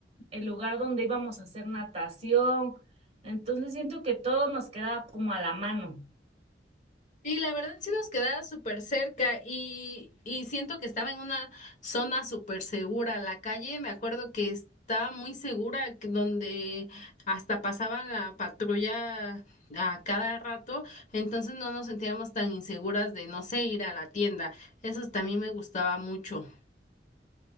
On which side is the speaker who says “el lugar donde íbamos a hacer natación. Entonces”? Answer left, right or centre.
Right